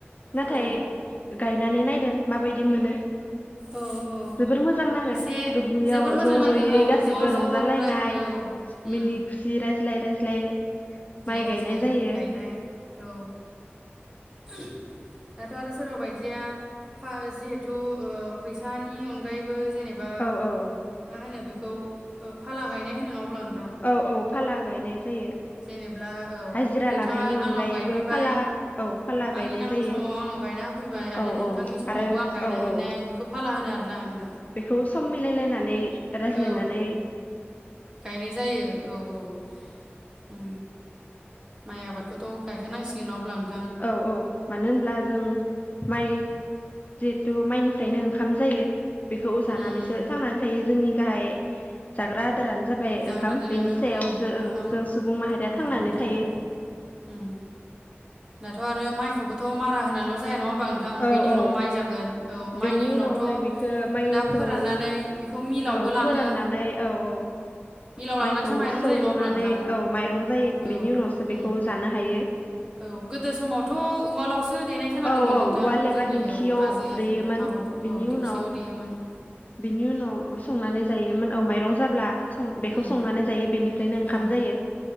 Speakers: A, on the left (about 40°); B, on the right (about 15°).
A: नाथाय
B: औ
A: गाइ यनानै नायदों माबायदि मोनो।
B: औ औ
A: जोबोर मोजां नाङो
B: एसे
A: दुब्लियाव
B: जोबोर मोजां
A: ज'
B: नाङो
A: ज'यै
B: औ
A: गासैबो
B: ज' ज'
A: रंजालायनाय
B: राय औ उम
A: मिनि खुसि राय ज्लाय रायज्लाय माइ
B: ज्लाय
A: गायनाय जायो
B: गायनाय औ। दाथ' <unintelligible> सोरबा बायदिया जिहेथु ओ फैसानि अनगायैबो बो जेनेबा
A: औ औ
B: मा होनो बेखौ फाला गायनाय होनो नङा होनबा
A: औ औ फाला गायनाय जायो
B: जेनेब्ला औ
A: हाजिरा
B: नोंथाङा
A: लानायनि अनगायैबो
B: आंनाव गायफैबाय
A: फाला औ फाला
B: आंनि
A: गायनाय
B: नांगौ
A: जायो
B: समाव आंनाव गायना होफैबाय आरो
A: औ
B: नोंथांनि
A: औ
B: समावबो
A: आरो
B: आं गायना
A: औ
B: हैनाय
A: औ
B: बेखौ फा ला होनो आरो नों
A: बेखौ सम मिलायलायनानै रायज्लायनानै
B: औ गायनाय जायो औ औ। माइ आबादखौथ' गायखानांसिगोन नङा होनबा
A: औ औ मानो होनब्ला जों माइ जि थु माइनिफ्रायनो ओंखाम जायो। बेखौ जानानैसो
B: उम उम
A: थांनानै थायो जोंनि गाहाय जाग्रा आदारानो जाबाय
B: जाग्रा
A: ओंखाम
B: आदारानो
A: बेनि सायावसो
B: औ ओंखाम
A: ओं जों सुबुं माहारिया
B: नंगौ
A: थांनानै
B: नोंथां
A: थायो।
B: उम दाथ' आरो माइखौबोथ' मारा होनानैल जाया नङा नोंथां
A: थायो
B: बेनि उनाव माइ जागोन औ माइनि
A: बेनि
B: उनावथ'
A: उनावहाय बिखो माइखौ
B: दा फोराननानै बेखौ मिलावबो
A: औ फोराननानै
B: लाङो
A: औ औ।
B: मिलाव लांनानैसो
A: माइखौ
B: माइरं
A: सौनानै
B: जायो नङा होमब्ला नोंथां
A: औ माइरं जायो
B: औ
A: बेनि उनावसो बेखौ
B: उम
A: जानो हायो।
B: औ गोदो समावथ' उवालावसो देनाय खोनादोंमोन
A: औ औ
B: नोंथां
A: उवाल एबा
B: जोंनि
A: दिंखियाव
B: आजै-आजौ,
A: दैयोमोन
B: आबौ
A: बिनि
B: औ दिखियाव
A: उनाव
B: देयोमोन।
A: बिनि उनाव संनानै जायोमो औ माइरं जाब्ला बेखौ
B: उम
A: संनानै जायो बेनिफ्रायनो ओंखाम
B: उम
A: जायो